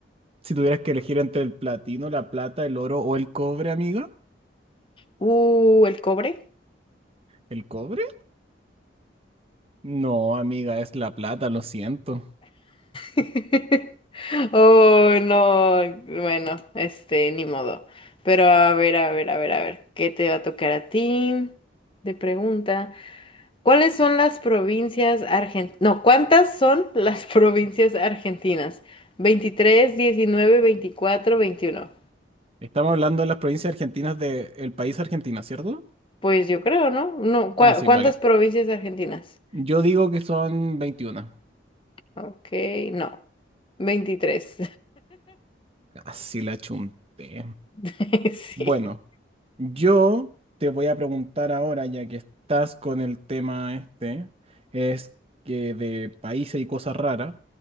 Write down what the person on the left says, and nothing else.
Uh, el cobre.
<laughs> Oh, no. Bueno, este, ni modo. Pero a ver, a ver, a ver, a ver. ¿Qué te va a tocar a ti? De pregunta. ¿Cuáles son las provincias argentinas? No, ¿cuántas son las <laughs> provincias argentinas? 23, 19, 24, 21.
Pues yo creo, ¿no? No, ¿cuá-
¿cuántas
provincias argentinas?
Ok, no. veintitrés.
<laughs> Sí,